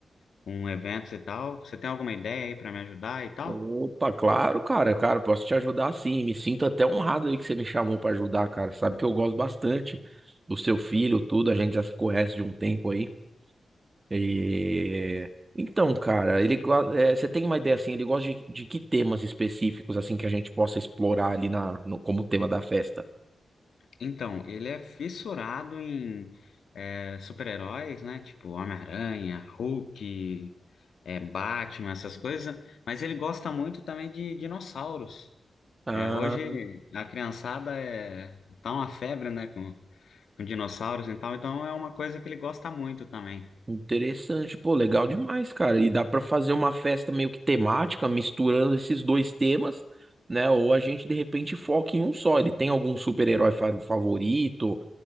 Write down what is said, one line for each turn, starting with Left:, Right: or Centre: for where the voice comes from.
Left: com eventos e tal. Você tem alguma ideia aí pra me ajudar e tal?
Right: Opa, claro, cara. Cara, eu posso te ajudar sim. Me sinto até honrado aí que você me chamou pra ajudar, cara. Sabe que eu gosto bastante do seu filho, tudo. A gente já se conhece de um tempo aí. E... Então, cara, ele go- é, você tem uma ideia assim? Ele gosta de, de que temas específicos assim que a gente possa explorar ali na, no- como tema da festa?
Left: Então, ele é fissurado em é, super-heróis, né? Tipo Homem-Aranha, Hulk, é, Batman, essas coisas. Mas ele gosta muito também de dinossauros.
Right: Ah.
Left: É, hoje a criançada é, tá uma febre, né? Com, com dinossauros e tal. Então é uma coisa que ele gosta muito também.
Right: Interessante, pô, legal demais, cara. E dá pra fazer uma festa meio que temática, misturando esses dois temas, né? Ou a gente de repente foca em um só. Ele tem algum super-herói fa- favorito,